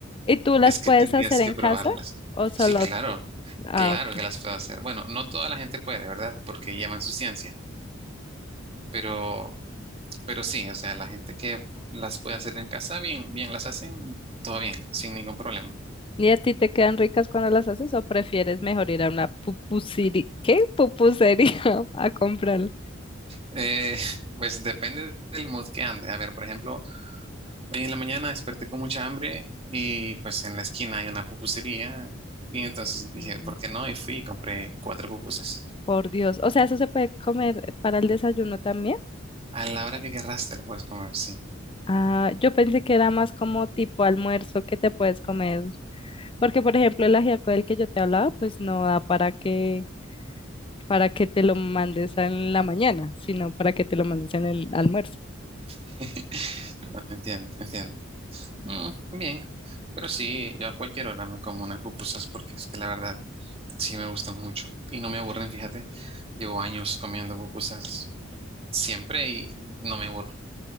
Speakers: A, on the left; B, on the right.
A: ¿Y tú las
B: es que
A: puedes
B: tendrías
A: hacer
B: que
A: en
B: probarlas.
A: casa o solo?
B: Sí, claro,
A: Ah,
B: claro
A: ok.
B: que las puedo hacer. Bueno, no toda la gente puede, ¿verdad? Porque llevan su ciencia. Pero, pero sí, o sea, la gente que las puede hacer en casa, bien, bien las hacen, todo bien, sin ningún problema.
A: ¿Y a ti te quedan ricas cuando las haces o prefieres mejor ir a una pupusería? ¿Qué? Pupusería <laughs> a comprarlo.
B: Eh, <laughs> pues depende del mood que ande. A ver, por ejemplo, Hoy en la mañana desperté con mucha hambre y pues en la esquina hay una pupusería y entonces dije,
A: Mm,
B: ¿por qué no? Y fui y compré cuatro pupusas.
A: Por Dios, o sea, ¿eso se puede comer para el desayuno también?
B: A la hora que querrás te lo puedes comer, sí.
A: Ah, yo pensé que era más como tipo almuerzo que te puedes comer, porque por ejemplo el ajiaco del que yo te hablaba, pues no da para que para que te lo mandes en la mañana, sino para que te lo mandes en el almuerzo.
B: <laughs> No, Entiendo, entiendo. Mm, bien, pero sí, yo a cualquier hora me como unas pupusas porque es que la verdad sí me gustan mucho y no me aburren, fíjate. Llevo años comiendo pupusas siempre y no me aburro.